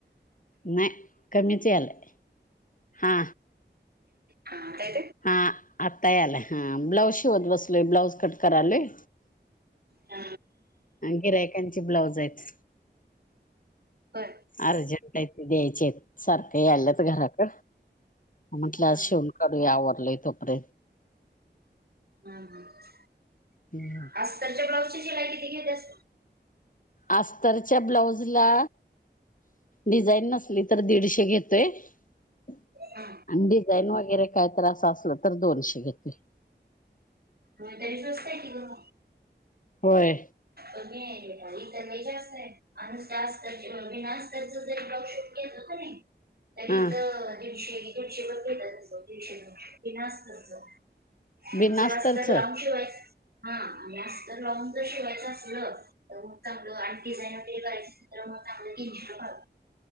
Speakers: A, on the left (about 45°); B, on the right (about 55°).
A: नाही कमीच याला हा
B: हता
A: हा आत्तायले हां ब्लौज शि ओत बसली ब्लौज कट करली
B: ह
A: गिरायकांची ब्लाऊज आहेत
B: होय.
A: अर्जंट आहे ते द्यायचे सारखं यालाच घराक म्हटलं
B: हा
A: आ शिवून करढूया आवरलंय तोपर्यंत
B: हम ह
A: हम्म
B: असजतच्या ब्लाऊजची शिलाई किती घेतेत असते
A: अस्तरच्या ब्लाऊजला डिझाईन नसली तर दीडशे घेतोय आणि
B: हा.
A: डिझाईन वगैरे काय तर असं असलं तर दोनशे घेत
B: हो तरी सुवस्तय की ग
A: होय
B: अघे भााई तर लय जास अनुत बनास्तरच ज ब्लॉगशॉप घेत का नाही तरी
A: हा
B: तर दिडशे दडशे वर दिडशेन असतच आणि
A: बिनास्तरच
B: जरा अस तर
A: हा
B: लावून शिवायच हा आणि तर लॉंग जर शिवायचं असलं तर मग चांगलं आणि डिझान वगैरेराय अस तर मगग तीनण कळ